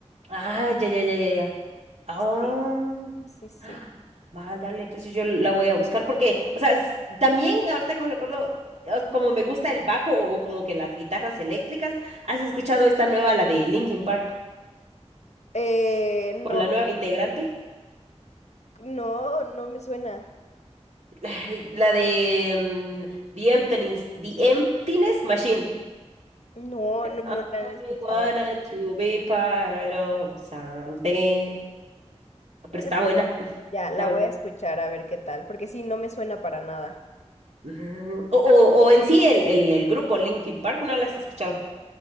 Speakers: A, on the right; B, on the left.
A: Ah, ya, ya, ya, ya, ya. Ah,
B: Sí, sí, sí.
A: ah, mándale, entonces yo la voy a buscar porque, o sea, s- también ahorita que me recuerdo, eh, como me gusta el bajo o como que las guitarras eléctricas, ¿has escuchado esta nueva, la de Linkin Park,
B: Eh, no,
A: con la nueva integrante?
B: no, no me suena.
A: Ay, La de mm, The Emptiness, The Emptiness Machine.
B: No, no, no
A: I
B: la
A: only
B: han escuchado.
A: wanted to be part of something. Pero
B: Órale.
A: está buena. <laughs>
B: Ya,
A: Está
B: la
A: buena.
B: voy a escuchar a ver qué tal, porque sí, no me suena para nada.
A: Ujú. O, o- o en sí, el, el, el grupo Linkin Park, ¿no la has escuchado?